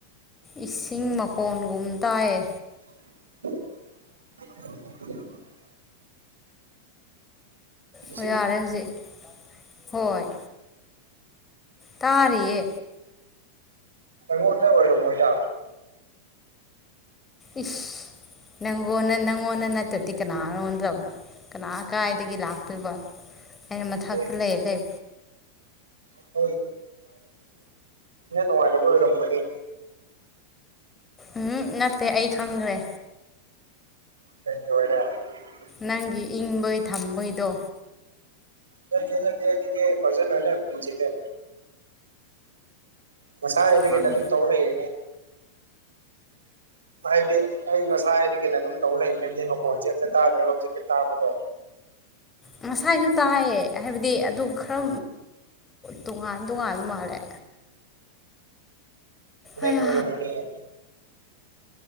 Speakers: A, on the left; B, on the right.
A: ꯏꯁꯤꯡ ꯃꯈꯣꯟꯒꯨꯝ ꯇꯥꯏꯌꯦ
B: <unintelligible>
A: ꯑꯣ
B: ꯏꯁꯤꯡ
A: ꯌꯥꯔꯦ ꯍꯧꯖꯤꯛ ꯍꯣꯏ ꯇꯥꯔꯤꯌꯦ
B: ꯑꯩꯉꯣꯟꯗꯩ ꯑꯣꯏꯔꯝ ꯃꯣꯏꯗ
A: ꯏꯁ ꯅꯪꯉꯣꯟꯗ ꯅꯪꯉꯣꯟꯗ ꯅꯠꯇ꯭ꯔꯗꯤ ꯀꯅꯥ ꯉꯣꯟꯗ ꯀꯅꯥ ꯀꯥꯏꯗꯒꯤ ꯂꯥꯛꯇꯣꯏꯕ ꯑꯩꯅ ꯃꯊꯛꯇ
B: ꯑꯦ
A: ꯂꯩꯕ <unintelligible>
B: <unintelligible> ꯅꯨꯡꯉꯥꯏꯇꯕ ꯑꯣꯏꯔꯝꯒꯅꯤ
A: ꯎꯝ ꯅꯠꯇꯦ ꯑꯩ ꯈꯪꯈ꯭ꯔꯦ
B: <unintelligible>
A: ꯅꯪꯒꯤ ꯏꯪꯕꯩ ꯊꯝꯕꯩꯗꯣ
B: ꯅꯠꯇꯦ ꯅꯠꯇꯦ ꯑꯩꯒꯤꯗꯤ <unintelligible> ꯉꯁꯥ ꯍꯥꯏꯗꯤꯟꯅ
A: ꯈꯪ
B: ꯑꯗꯨꯝ ꯇꯧꯔꯛꯑꯌꯦꯅꯦ ꯍꯥꯏꯗꯤ ꯑꯩ ꯉꯁꯥꯏ ꯍꯥꯏꯗꯤ ꯀꯩꯅꯣ ꯑꯗꯨꯝ ꯇꯧ ꯂꯩꯗꯤ ꯃꯈꯣꯟꯁꯦ ꯑꯇ ꯇꯥꯗ꯭ꯔꯦ ꯂꯧꯆꯦꯄ ꯇꯥꯕꯗꯣ
A: ꯉꯁꯥꯏꯁꯨ ꯇꯥꯏꯌꯦ ꯍꯥꯏꯕꯗꯤ ꯑꯗꯨ ꯈꯔ ꯇꯣꯉꯥꯟ ꯇꯣꯉꯥꯟꯕ ꯃꯥꯜꯂꯦ
B: ꯏ
A: ꯑꯌꯥ
B: ꯇ ꯑꯣꯏꯔ ꯃꯅꯤꯦ